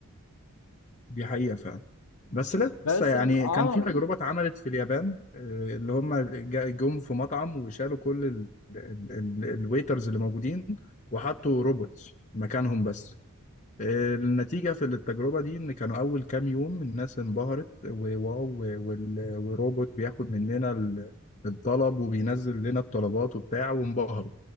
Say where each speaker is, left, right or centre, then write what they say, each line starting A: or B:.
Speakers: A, on the left; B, on the left.
A: دي حقيقه فعلا بس لسه
B: بس
A: يعني
B: م- اه
A: كان في تجربة اتعملت في اليابان آه، اللي هم جا- جم في مطعم وشالوا كل الويترز اللي موجودين وحطوا روبوتس مكانهم بس النتيجة في التجربة دي إن كانوا أول كام يوم الناس انبهرت وواو وال- والروبوت بياخد مننا ال- الطلب وبينزل لنا الطلبات وبتاع وانبهروا